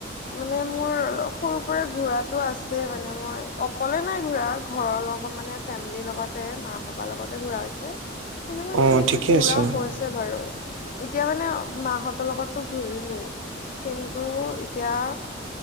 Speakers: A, on the left (about 45°); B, on the right (about 85°).
A: মানে মোৰ অলপ সৰুৰ পৰা ঘূৰাত তো আছে মানে মই অকলে নাই ঘুৰা ঘৰৰ লগত মানে ফেমিলিৰ লগত লগতে মা-পাপাৰ লগতে ঘুৰা হৈছে কিন্তু মানে
B: অ
A: এনেকে
B: ঠিকে
A: ঘুৰা
B: আছে
A: হৈ ছে বাৰু এতিয়া মানে মাঁহত তোৰ লগততো ঘুৰিলো কিন্তু এতিয়া